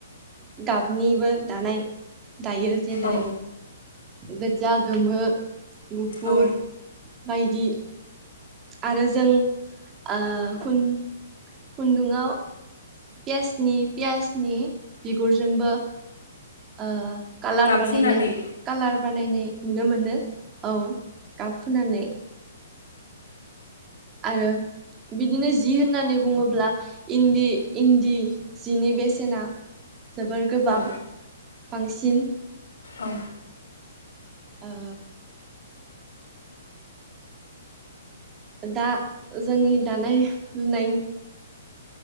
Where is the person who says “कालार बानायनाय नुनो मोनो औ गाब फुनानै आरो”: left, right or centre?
Right